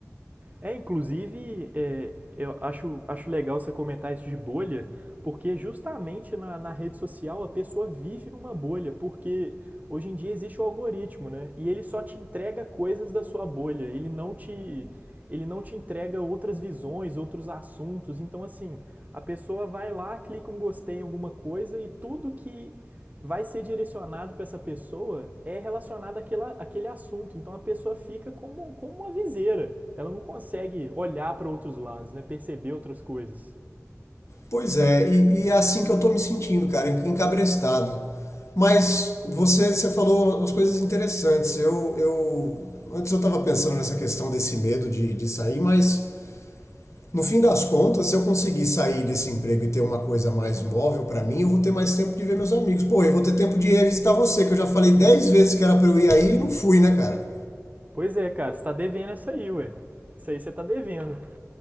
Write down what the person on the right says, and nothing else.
É, inclusive, é, eu acho, acho legal você comentar isso de bolha, porque justamente na, na rede social a pessoa vive numa bolha, porque hoje em dia existe o algoritmo, né? E ele só te entrega coisas da sua bolha, ele não te, ele não te entrega outras visões, outros assuntos. Então, assim, a pessoa vai lá, clica um gostei em alguma coisa e tudo que vai ser direcionado para essa pessoa é relacionado àquela, àquele assunto. Então a pessoa fica como, como uma viseira ela não consegue olhar para outros lados, né? Perceber outras coisas.
Pois é, cara, você tá devendo essa aí, ué. Isso aí você tá devendo.